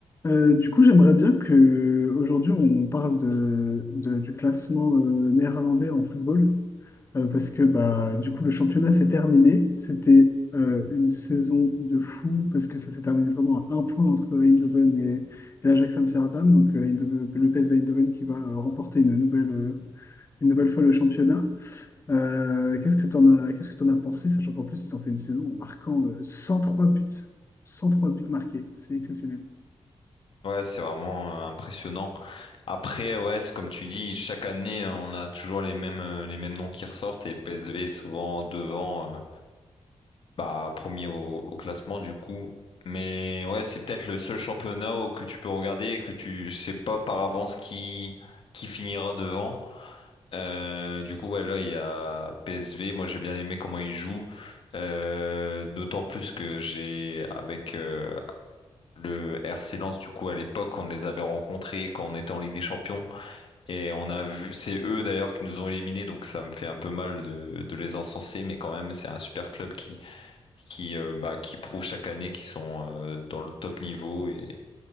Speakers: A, on the left; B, on the left.
A: Euh, du coup, j'aimerais bien que aujourd'hui on parle de, de- du classement euh, néerlandais en football, euh, parce que bah, du coup le championnat s'est terminé. C'était euh, une saison de fou, parce que ça s'est terminé vraiment à un point entre Eindhoven et, et l'Ajax Amsterdam, donc euh, Eindhoven- le PSV Eindhoven qui va euh, remporter une nouvelle, euh, une nouvelle fois le championnat. Euh, qu'est-ce que tu en as, qu'est-ce que tu as pensé, sachant qu'en plus ils ont fait une saison en marquant euh, 103 buts, 103 buts marqués, c'est exceptionnel.
B: Ouais, c'est vraiment euh, impressionnant. Après, ouais, c'est comme tu dis, chaque année, euh, on a toujours les mêmes, euh, les mêmes noms qui ressortent et PSV est souvent devant, euh, bah, premier au, au classement du coup. Mais ouais, c'est peut-être le seul championnat où que tu peux regarder et que tu sais pas par avance qui, qui finira devant. Euh, du coup, ouais, là, il y a PSV. Moi, j'ai bien aimé comment ils jouent. Euh, d'autant plus que j'ai, avec, euh, le RC Lens, du coup, à l'époque, on les avait rencontrés quand on était en Ligue des Champions. Et on a vu, c'est eux d'ailleurs qui nous ont éliminés, donc ça me fait un peu mal de, de les encenser, mais quand même, c'est un super club qui, qui, euh, bah, qui prouve chaque année qu'ils sont euh, dans le top niveau et,